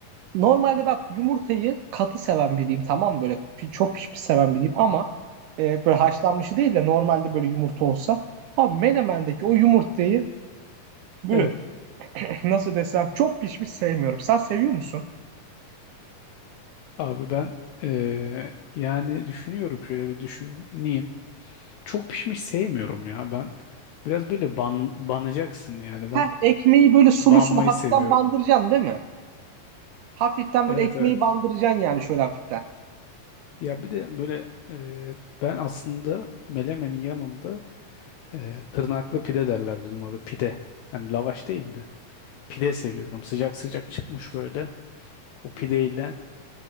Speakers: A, on the right; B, on the left.
A: normalde bak yumurtayı katı seven biriyim tamam mı? böyle pi- çok pişmiş seven biriyim ama e, böyle haşlanmışı değil de normalde böyle yumurta olsa. Ama menemendeki o yumurtayı Böyle
B: Evet.
A: nasıl desem çok pişmiş sevmiyorum. Sen seviyor musun?
B: Abi ben e, yani düşünüyorum şöyle bir düşüneyim. Çok pişmiş sevmiyorum ya ben. Biraz böyle ban, banacaksın yani
A: Heh,
B: ben.
A: ekmeği böyle
B: Banmayı
A: sulu sulu hafiften
B: seviyorum.
A: bandıracaksın değil mi? Hafiften
B: Evet
A: böyle ekmeği
B: evet.
A: bandıracaksın yani şöyle hafiften.
B: Ya bir de böyle e, ben aslında melemenin yanında e, tırnaklı pide derler bizim orada pide. Yani lavaş değildi. Pide seviyorum. Sıcak sıcak çıkmış böyle. O pideyle